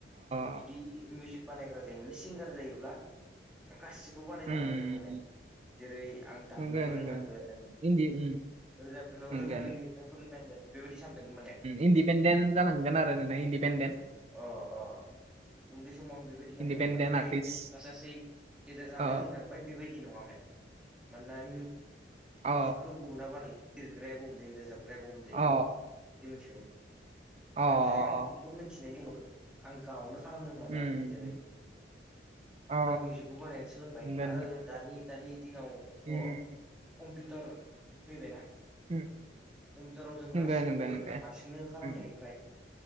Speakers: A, on the right; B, in the centre.
A: अ,
B: जुदि मिउजिक बानायग्रा जायोमोनाने सिंगार जायोब्ला आं गासिखौबो बानायनो
A: उम
B: हानांगोन माने। जेरै आं दामनोबो
A: नंगौ नंगौ
B: रोंनांगोन,
A: इन्दि उम
B: रोजाबनोबो
A: नंगौ
B: रोंनांगोन लिरनोबो रोंनांगोन बेबायदि सानदों माने
A: इन्दिपेडेन्ट जानांगोन आरो नोंना इन्दिपेनडेन्ट।
B: अ अ उन्दै समाव बे बेबायदि सानदोंमोन
A: इन्दिपेन्डेन्ट
B: नाथाय
A: आर्टिस्ट
B: लास लासै गेजेर जानानै
A: अ
B: मोनलांबाय बेबायदि नङा मे मोनना
A: अ
B: खौ गुबुना बानाय लिरग्राया गुबुन जायो रोजाबग्राया गुबुन जायो
A: अ
B: बिदि मिथिनाय।
A: अ
B: नाथाय आं बेखौ मिथिनायनि उनाव आं गावनो खालामनो नाबाय
A: उम
B: आरो जेरै
A: अ
B: आं मिउजिकबो बानायनो सोलोंबाय
A: नंगौ नंगौ
B: आरो दानि दानि दिनावथ'
A: उम
B: कम्पिउटार फैबायना,
A: उम
B: कम्पिउटाराव जों
A: नंगौ
B: गासैखौबो
A: नंगौ नंगौ
B: हारसिंनो खालामनो
A: उम
B: हायो। फ्राय